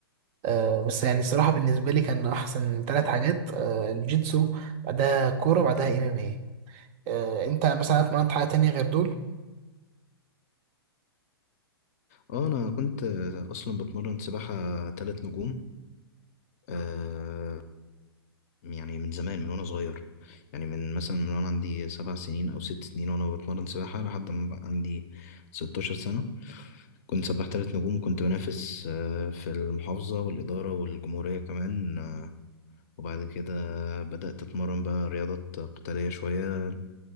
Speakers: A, on the right; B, on the left.
A: آه، بس يعني الصراحة بالنسبة لي كان أحسن ثلاث حاجات آه، الجيتسو بعدها كورة بعدها ام ام اي آه انت مثلا اتمرنت حاجة تانية غير دول
B: اه انا كنت آه، اصلا بتمرن سباحه تلات نجوم آه، يعني من زمان من وانا صغير يعني من مثلا من وانا عندي سبع سنين او ست سنين وانا بتمرن سباحه لحد ما بقى عندي 16 سنه كنت سباح تلات نجوم وكنت بنافس آه، في المحافظة والإدارة والجمهورية كمان آه، وبعد كده بدأت أتمرن بقى رياضات قتالية شوية